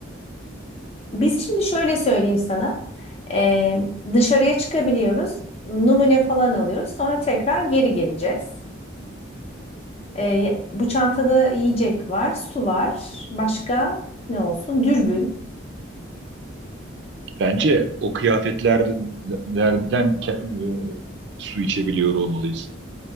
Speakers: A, on the left; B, on the right.
A: Biz şimdi şöyle söyleyeyim sana. E, dışarıya çıkabiliyoruz. Numune falan alıyoruz. Sonra tekrar geri geleceğiz. E, bu çantada yiyecek var, su var. Başka ne olsun? Dürbün.
B: Bence o kıyafetlerden ke- e, su içebiliyor olmalıyız.